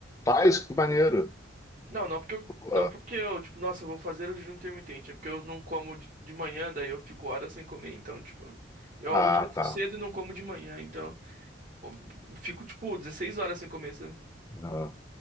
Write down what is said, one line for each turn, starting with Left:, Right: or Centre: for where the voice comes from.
Left: faz, que maneiro.
Right: Não, não porque eu,
Left: Pô,
Right: não porque eu, tipo, nossa, eu vou fazer o jejum intermitente. É porque eu não como de de manhã, daí eu fico horas sem comer, então, tipo, eu
Left: Ah,
Right: almoço
Left: tá.
Right: cedo e não como de manhã, então, eu fico, tipo, 16 horas sem comer, sabe?
Left: Ah.